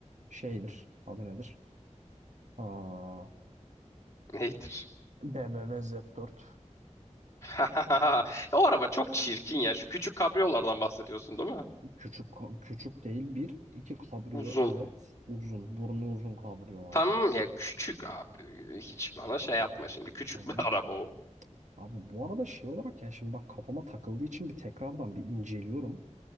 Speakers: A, on the right (about 75°); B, on the left (about 20°).
A: şeydir. Adı nedir? Aa,
B: neydir?
A: BMW Z4.
B: <laughs> O araba çok çirkin ya. Şu küçük kabriyolardan bahsediyorsun değil mi?
A: Küçük ka- küçük değil bir iki kabrio
B: Uzun.
A: evet uzun burnu uzun kabriyolar.
B: Tamam ya küçük abi. Hiç bana şey yapma şimdi. Küçük
A: Hani
B: bir <laughs> araba o.
A: abi bu arada şey olarak yani şimdi bak kafama takıldığı için bir tekrardan bir inceliyorum.